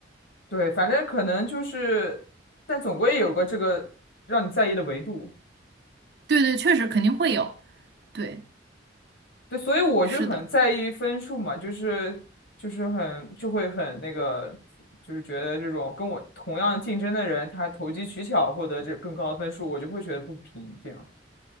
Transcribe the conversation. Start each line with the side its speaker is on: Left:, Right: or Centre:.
Left: 对，反正可能就是，但总归有个这个让你在意的维度。
Right: 对对，确实肯定会有。对，
Left: 对，所以我就很在意分数嘛，
Right: 是的。
Left: 就是就是很就会很那个，就是觉得这种跟我同样竞争的人，他投机取巧获得这更高的分数，我就会觉得不平。这样，